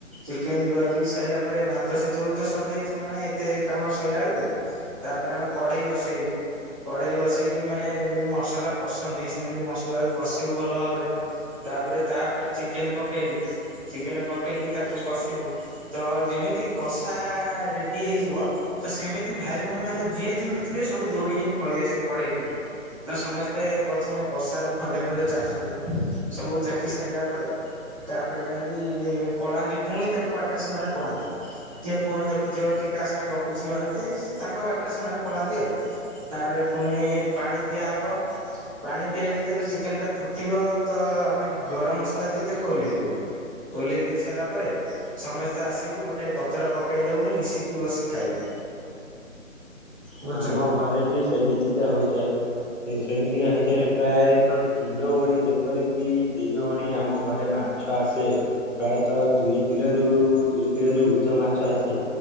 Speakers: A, on the right; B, on the left.
A: ଚିକେନ ଧୁଆ ଧୁଇ ସାଇଲା ପରେ ଭାତ ସେତେବେଳକୁ ତ ସରିଯାଇଥିବ ମାନେ ଏତେ କାମ ସଇଲା ଏଳ୍ କୁ। ତାପରେ ଆମେ କଡେଇ ବସେଇବୁ। କଢେଇ ବସେଇକି ମାନେ ଯେମିତି ମସଲା କସ ନ୍ତି ସେମିତି ମସଲା କୁ କଷିବୁ ଭଲ ଭାବରେ ତାପରେ ତାପରେ ଚିକେନ ପକେଇବୁ। ଚିକେନ ପକେଇକି ତାକୁ କଷିବୁ ତ ଯେମିତି କଷା ରେଡି ହେଇଯିବ ତ ସେମିତି ଭାଇ ଭଉଣୀ ମାନେ ଯିଏ ଯୋଉଠି ଥିବେ ସବୁ ଦୌଡିକିନି ପଳେଇଆସିବେ କଡେଇ ପଖକୁ। ତ ସମେସ୍ତେ ପ୍ରଥମେ କଷାରୁ ଖଣ୍ଡେ ଖଣ୍ଡେ ଚାଖନ୍ତି ସବୁ ଚାଖି ସାଇଲା ପରେ ତାପରେ ଯାଇଁକି ପଳାନ୍ତି ଫୁଣି ତାଙ୍କ ବାଟରେ ସେମାନେ ପଳାନ୍ତି। କିଏ ଫୋନ୍ ଦେଖୁଥିବ, କିଏ କାହା ସାଙ୍ଗେରେ ଗପୁଥିବ ଏମିତି ତାଙ୍କ ବାଟରେ ସେମାନେ ପଳାନ୍ତି ଆଉ। ତାପରେ ପୁଣି ପାଣି ଦିଆହବ। ପାଣି ଦିଆହେଇ ଯେତେବେଳେ ଚିକେନ ଟା ଫୁଟିବ ତ ଆମେ ଗରମ ମସଲା ଦେଇ ତାକୁ ଓହ୍ଲେଇ ଦଉ। ଓହ୍ଲେଇ ଦେଇ ସାରିଲା ପରେ ସମସ୍ତେ ଆସିବୁ ଗୋଟାଏ ପତର ପକେଇଦବୁ ମିଶିକି ବସି ଖାଇବୁ। ବୁଝୁଛନ୍ତି।
B: ଆମ ଘରେ ବି ସେମିତିକା ହୋଇଥାଏ। ସେମିତିକା ହେଇସାରେ ପ୍ରାୟତଃ ଦିନ ଓଳି ଯେପରିକି ଦିନ ଓଳି ଆମ ଘରେ ମାସ ମାଛ ଆସେ ପ୍ରାୟତଃ ଦୁଇ କିଲୋରୁ ଦୁଇ କିଲୋରୁ ଉର୍ଦ୍ଧ୍ୱ ମାଛ ଆସେ।